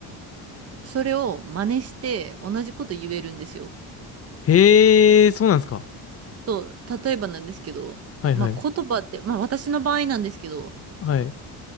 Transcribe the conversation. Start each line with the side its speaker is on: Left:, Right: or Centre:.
Right: それを真似して同じこと言えるんですよ。
Left: へえ、そうなんですか。
Right: そう。例えばなんですけど、
Left: はいはい。
Right: まあ言葉って、まあ私の場合なんですけど、
Left: はい。